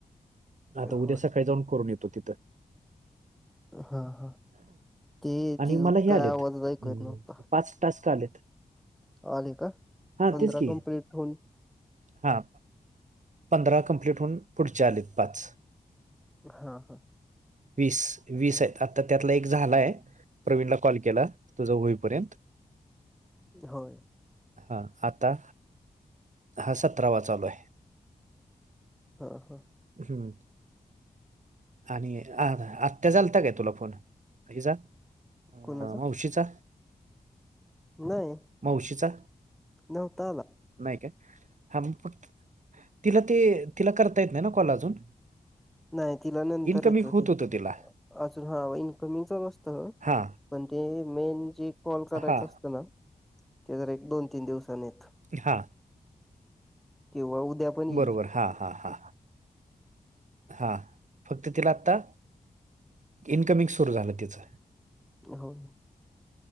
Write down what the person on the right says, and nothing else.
आता उद्या
सकाळी जाऊन करून येतो तिथं.
आणि
मला हे
आलेत.
पाच टस्का आलेत.
हा
तेच की
हा पंधरा कंप्लीट होऊन पुढचे आलेत पाच.
वीस वीस आहेत आता त्यातला एक झालाय. प्रवीणला कॉल केला तुझा होईपर्यंत.
हा आता. हा सतरावा चालू आहे.
हम्म! आणि आ आत्ता झालता काय तुला फोन जा. अ
मग उशीचा.
मावशीचा.
नाही काय हा मग फक् तिला ते तिला करता येत नाय ना कॉल अजून.
इनकमिंग
होत
होतं तिला
हा
हा
हा
बरोबर हा हा ह हाहा फक्त तिला आता इन्कमिंग सुरु झालं तिचं.